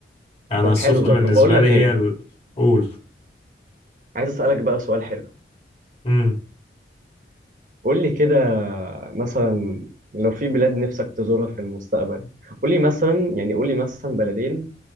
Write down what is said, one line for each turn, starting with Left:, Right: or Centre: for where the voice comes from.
Left: أنا
Right: طب
Left: السخنة
Right: حلو ده
Left: بالنسبة
Right: طب بقول لك
Left: لي هي
Right: ايه
Left: الأول
Right: عايز اسألك بقى سؤال حلو
Left: مم.
Right: قول لي كده مثلا لو في بلاد نفسك تزورها في المستقبل قول لي مثلا يعني قول لي مثلا بلدين